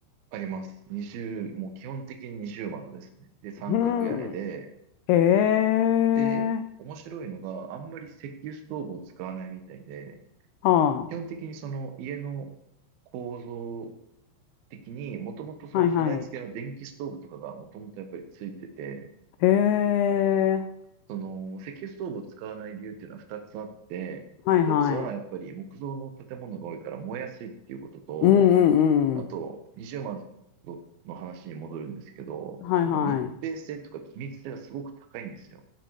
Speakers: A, on the right (about 65°); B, on the left (about 85°).
A: あります。二0もう基本的に二重窓ですね。で、三角屋根で、
B: うん。へえ。
A: で、面白いのが、あんまり石油ストーブを使わないみたいで、
B: は
A: 基本的にその家の構造的に、もともとその備え付けの電気ストーブとかがもともとやっぱりついてて、
B: あ。はいはい。へえ。
A: その石油ストーブを使わない理由っていうのは2つあって、
B: はいはい。
A: 1つはやっぱり木造の建物が多いから燃えやすいっていうことと、
B: うんう
A: あと、
B: んうん。
A: 二重窓の話に戻るんですけど、
B: はいはい。
A: その密閉性とか気密性がすごく高いんですよ。